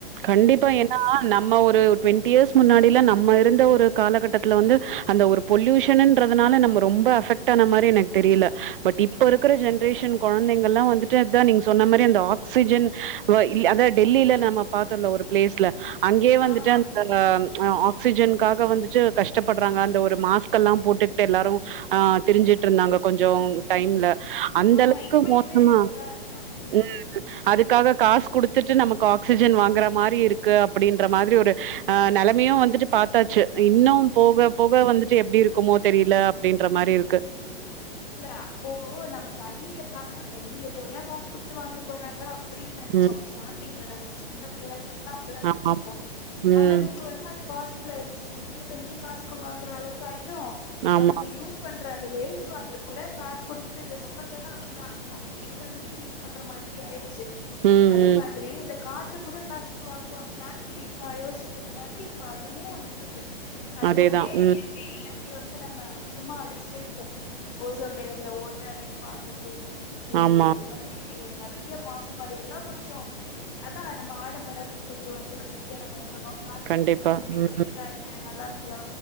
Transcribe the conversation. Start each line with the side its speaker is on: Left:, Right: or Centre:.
Right: கண்டிப்பா என்னா நம் நம்ம ஒரு ட்வெண்டி யேர்ஸ் முன்னாடில நம்மஇருந்த ஒரு காலகட்டத்ல வந்து அந்த ஒரு பொல்யூஷனுன்றதுனால நம்ம ரொம்ப அஃபெக்ட் ஆன மாரி எனக் தெரியில பட் இப்ப இருக்கிற ஜென்ரேஷன் குழந்தைங்கல்லா வந்துட்டு அதா நீங்க சொன்ன மாரி அந்த ஆக்சிஜன் வ இல் அத டெல்லியில நம்ம பாத்தோல்ல ஒரு பிளேஸ்ல அங்கே வந்துட்டு
Left: ஆ
Right: அந் அ ஆக்சிஜன்க்காக வந்துட்டு கஷ்டப்படுறாங்க அந்த ஒரு மாஸ்க்கல்லாம் போட்டுக்ட்டு எல்லாரு ஆ திரிஞ்சுட்ருந்தாங்க கொஞ்சொ டைம்ல அந்த
Left: ஆமா
Right: அளவுக்கு
Left: இப்பயுமே
Right: மோசமா
Left: அப்படிதான் இருக்கான்
Right: ம் அதுக்காக காசு குடுத்துட்டு நமக் ஆக்ஸ் சிஜன் வாங்குற மாரி இருக்கு அப்பிடின்ற மாதிரி ஒரு அ நிலைமையு வந்துட்டு பாத்தாச்சு இன்னு போகபோக வந்துட்டு எப்டி இருக்குமோ தெரில அப்டின்ற மாரி இருக்கு
Left: இல்ல அப்போ நம்ம தண்ணிய கா அ தண்ணிய போயா காஸ் குடுத்து வாங்க போறாங்க அப்படின் நெனச்சோ
Right: ம்.
Left: ஸ்ட்டாடிங்ல நம்ம சின்ன பிள்ளையா இருந்தப்பல அப்டிதா நெனைச்சிர்ப்போ
Right: ஆமா. ம்.
Left: ஆனா இப் ப்ப வந்து அது பாசிபிள் ஆயிடுச்சு குடிக்கிற தண்ணியு காசுக்குள் வாங்கற அளவுக்கு ஆய்ட்டோ
Right: ஆமா.
Left: நம்மக்கு யூஸ் பண்ற அந்த வேஸ்ட் வாட்ரு கூட காஸ்குடுத்து இந்த சம்மர்ல எல்லா அப்டிதா நம்ப ஃபில் பண்ணி யூஸ் பண்ற மாதிரி ஆய்டுச்சு
Right: ம்,
Left: அதே
Right: ம்.
Left: மாத் திரி இந்த காற்று கூட காசுக்கு வாங்குவாங்களான்ட்டு இப்ப யோசிட்ருக்க மாதிரி இப்ப அதுவு வந்துட்ருக்கு அதுவுமே
Right: அதேதான். ம்.
Left: இயற்கை இயற்கைய வந்து நம்ம அதிகமா அழிச்சுட்டு இருக்கோ ஓசோன் லேயர்ல ஓட்ட அதிக்மா ஆகுது
Right: ஆமா.
Left: இந்த மாதி த்ரி நறிய மாசுபாடு எல்லா கொஞ்சொ அதா நம்ம ஆடம்பரம் கொஞ்சொ வந்து வசதியா நம்ம இர்க்கணு காசு
Right: கண்டிப்பா.
Left: இர்க்கே நம்ம இப்புடி
Right: ம்.
Left: இருந்தா என்ன நல்லா இருக் க்கலா